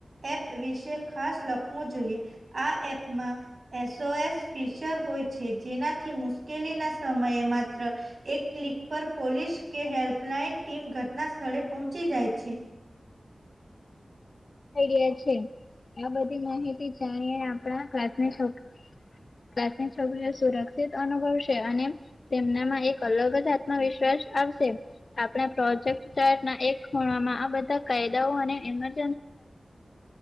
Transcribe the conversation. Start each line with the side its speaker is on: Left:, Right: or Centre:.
Right: એપ વિશે ખાસ લખવું જોઈએ આ એપમાં એ સો એસ ફિશર હોય છે જેનાથી મુશ્કેલી ના સમયે માત્ર એક ક્લિક પર પોલીસ કે હેલ્પલાઈન ટીમ ઘટના સ્થળે પહોંચી જાય છે.
Left: ઈ રહયા છે આ બધી માહિતી જાણીએ આપણા ક્લાસની છોક ક્લાસની છોકરીઓ સુરક્ષિત અનુભવશે અને તેમનામાં એક અલગ જ આત્મવિશ્વાસ આવશે આપણા પ્રોજેક્ટ ચાર એક ખૂણમાં આ બધા કાયદાઓ અને એમ <unintelligible>